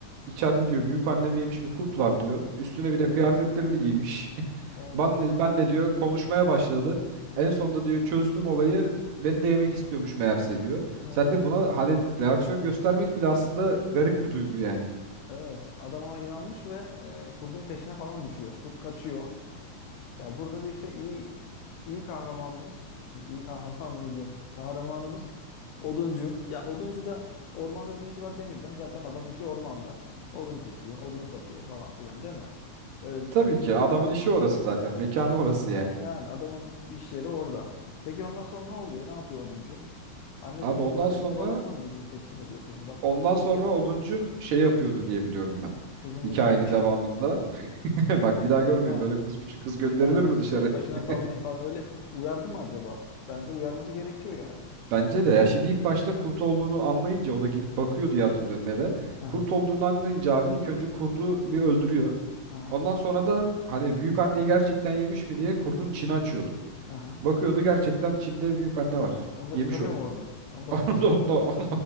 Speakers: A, on the right; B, on the left.
A: içeride diyor büyük annemi yemiş bir kurt var diyor.
B: Hı
A: Üstüne
B: hı.
A: bir de kıyafetlerini giymiş. <laughs>
B: Evet.
A: Ben
B: Bir
A: ne,
B: de
A: ben ne
B: bir.
A: diyor konuşmaya başladı.
B: Hı hı.
A: En sonunda diyor çözdüm olayı. Beni de yemek istiyormuş meğerse diyor.
B: Evet.
A: Sen de buna hani reaksiyon göstermek bile aslında garip bir duygu yani.
B: Evet, adam ona inanmış ve e, kurdun peşine falan düşüyor. Kurt kaçıyor. Ya burada da işte iyi iyi kahramanımız, iyi kahramanımız diyorum. Kahramanımız oduncu. Ya oduncu da ormanda ne işi var demeyeceğim. Zaten adamın işi ormanda. Odun kesiyor, odun satıyor falan filan değil mi? Öyle bir karakter.
A: Tabii ki adamın işi orası zaten. Mekanı orası yani.
B: Yani adamın iş yeri orada. Peki ondan sonra ne oluyor? Ne yapıyor oduncu? Annesini
A: Abi
B: mi,
A: ondan
B: annesini
A: sonra
B: babasını mı götürüp teslim ediyor kızı? Bak
A: Ondan
B: kızınıza,
A: sonra oduncu şey yapıyordu diye biliyorum ben.
B: kızınıza
A: Hikayenin
B: sahip çıkın.
A: devamında. <laughs> Bak bir daha görmeyin
B: Ha,
A: böyle kız küçük kız gönderilir
B: yani
A: mi dışarı?
B: tek başına
A: <laughs>
B: salmayın falan öyle uyardı mı acaba? Bence uyarması gerekiyor yani.
A: Bence de ya şimdi ilk başta kurt olduğunu anlayınca o da gidip bakıyor diye hatırlıyorum eve.
B: Aha.
A: Kurt olduğunu anlayınca abi ilk önce kurdu bir öldürüyor.
B: Aha.
A: Ondan sonra da hani büyük anneyi gerçekten yemiş mi diye kurdun içini açıyordu.
B: Aha.
A: Bakıyordu gerçekten içinde büyük anne var.
B: Onu da
A: Yemiş
B: çıkarıyor
A: onu.
B: mu oradan? Onu da
A: <laughs> Onu
B: kurtarıyor
A: da, onu
B: herhalde.
A: da, onu